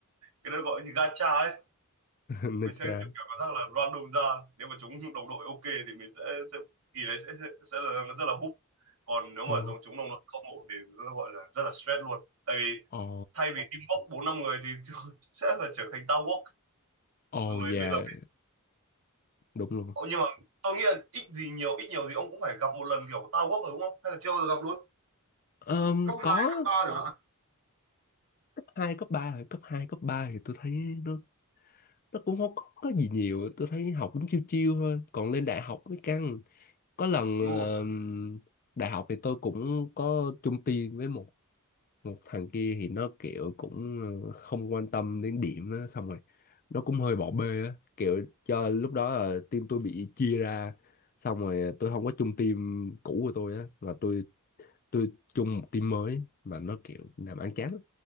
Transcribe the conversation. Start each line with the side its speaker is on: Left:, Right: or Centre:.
Right: cái đó gọi gì gacha ấy
Left: <laughs> Nó
Right: mình sẽ
Left: cha
Right: được kiểu cảm giác là random ra nếu mà chúng đồng đội ok thì mình sẽ sẽ kỳ đấy sẽ sẽ sẽ là rất là húp còn nếu mà
Left: Ồ
Right: giống chúng đồng đội không ổn thì nó gọi là rất là stress luôn tại vì
Left: Ồ
Right: thay vì teamwork bốn năm người thì <laughs> sẽ là trở thành towerwork
Left: ồ
Right: lúc
Left: dạ
Right: đấy bây giờ
Left: đúng luôn
Right: Ồ, nhưng mà tôi nghĩ là ít gì nhiều ít nhiều gì ông cũng phải gặp một lần kiểu tao quốc rồi đúng không? Hay là chưa bao giờ gặp luôn?
Left: Ờm,
Right: Cấp
Left: có
Right: 2 cấp ba chẳng hạn.
Left: cấp hai cấp 3 cấp 2 cấp 3 thì tôi thấy nó nó cũng không có có gì nhiều tôi thấy học cũng chiêu chiêu thôi còn lên đại học mới căng có lần
Right: Đúng
Left: ờm,
Right: rồi.
Left: đại học thì tôi cũng có chung team với một một thằng kia thì nó kiểu cũng ờ, không quan tâm đến điểm á, xong rồi nó cũng hơi bỏ bê á kiểu cho lúc đó là team tôi bị chia ra xong rồi tôi không có chung team cũ của tôi á mà tôi tôi chung một team mới mà nó kiểu làm ăn chán lắm.